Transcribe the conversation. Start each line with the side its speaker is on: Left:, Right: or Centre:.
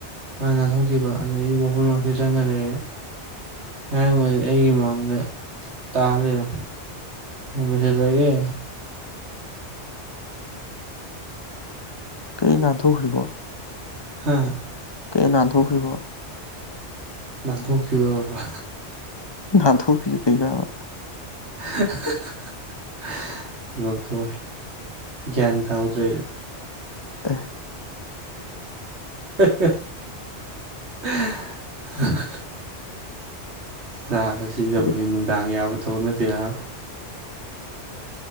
Right: ꯍꯥꯟ ꯅꯥꯟꯊꯣꯛꯈꯤꯕ ꯑꯗꯨꯗꯒꯤ ꯃꯈꯣꯏ ꯃꯔꯁ ꯆꯪꯉ ꯂꯩꯔꯦ ꯉꯔꯥꯡꯈꯗꯤ ꯑꯩꯒꯤ ꯃꯃꯥꯡꯗ ꯇꯥꯍꯜꯂꯤꯔꯣ ꯗꯁ ꯂꯒꯦ
Left: ꯀꯩ ꯅꯥꯙꯨꯈꯔꯤꯕ
Right: ꯍꯥꯥ
Left: ꯀꯩ ꯅꯥꯊꯣꯛꯈꯤꯕ
Right: ꯅꯥꯟꯊꯣꯛꯈꯤꯕ ꯕꯕꯥ
Left: ꯥꯟꯊꯣꯛꯈꯁꯨ ꯀꯩꯅꯕ
Right: <inaudible> ꯂꯧꯣꯛꯇꯣꯛꯦ ꯒ꯭ꯌꯥꯟ ꯇꯥꯍꯧꯗ꯭ꯔꯦꯁꯨ
Left: ꯑ
Right: <inaudible> ꯎꯝ ꯥ ꯁꯤꯖꯕꯒꯤ
Left: ꯑꯦ
Right: ꯅꯨꯡꯗꯥꯡ ꯌꯥꯕ ꯊꯕꯛ ꯅꯠꯇꯦꯔ